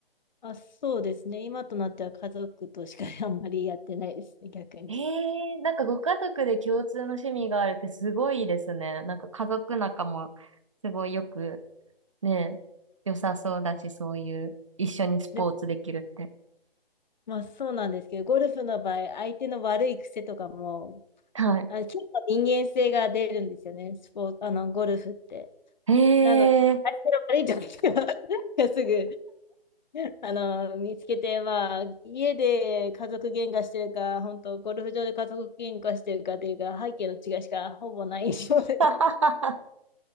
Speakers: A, on the left; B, on the right.
A: あ、そうですね。今となっては家族としか <laughs> あんまりやってないですね、逆に。
B: えー、なんかご家族で共通の趣味があるってすごいいいですね。なんか家族仲もすごいよくねえ、良さそうだし、そういう、一緒にスポーツできるって。
A: でも、まあそうなんですけど、ゴルフの場合、相手の悪い癖とかも、
B: はい。
A: あ、結構人間性が出るんですよね、スポーツ、あの、ゴルフって。
B: へ
A: なので、
B: え、
A: 相手の悪いところは <laughs> すぐ <laughs> あの、見つけて、まあ、家で家族喧嘩してるか、本当ゴルフ場で家族喧嘩してるかというか、背景の違いしかほぼない印象です。
B: <laughs>